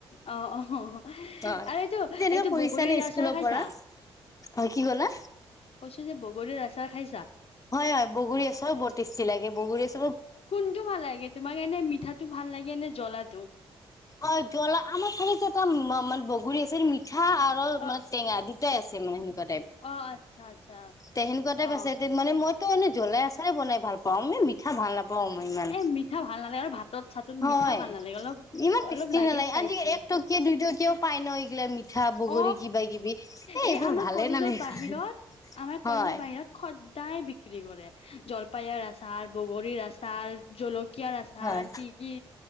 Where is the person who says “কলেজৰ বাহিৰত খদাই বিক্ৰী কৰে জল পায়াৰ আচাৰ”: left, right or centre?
Left